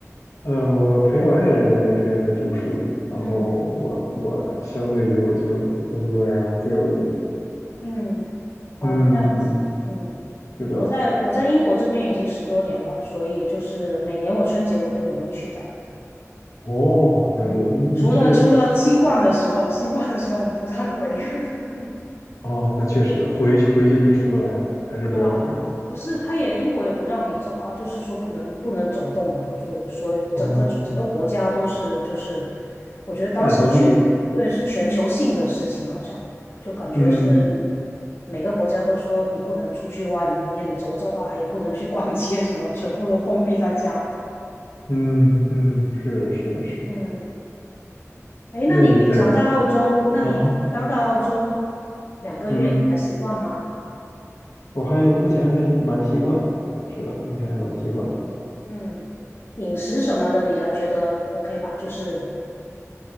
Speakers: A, on the left; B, on the left.
A: 嗯，我陪我爱人来这边读书，然后我我相对就就工作呀自由一点。
B: 嗯嗯，哦，
A: 嗯嗯，
B: 这样子。嗯。
A: 是的。
B: 我在我在英国这边已经十多年了，所以就是每年我春节我都有回去的。
A: 哦，了解，
B: 嗯，
A: 你你是
B: 除了除了新冠的时候，新冠的时候不让回。<laughs>
A: 哦，那确实回回去就出不来了，还是不要回了。
B: 对啊，不是，他也英国也不让你走啊，就是说不能不能走动嘛，就所以整个整个国家都是就是，
A: 哦，
B: 我觉得当时全对是全球性的事情，
A: 半封闭的，
B: 好像就感觉是
A: 嗯。
B: 每个国家都说你不能出去外面走走啊，也不能去逛街什么，全部都封闭在家。
A: 嗯嗯，是的，是的，是的
B: 嗯。哎，
A: 那你在
B: 那你平常在澳洲，那你刚到澳洲
A: 啊？
B: 两个月，
A: 嗯，
B: 你还习惯吗？
A: 我还目前还蛮习惯的。是的，目前还蛮习惯的。
B: 嗯，饮食什么的，你还觉得 OK 吧？就是，